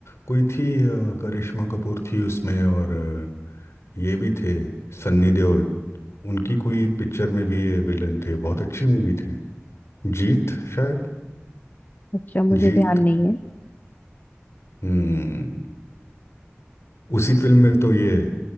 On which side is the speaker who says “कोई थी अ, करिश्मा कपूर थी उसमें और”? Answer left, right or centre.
Left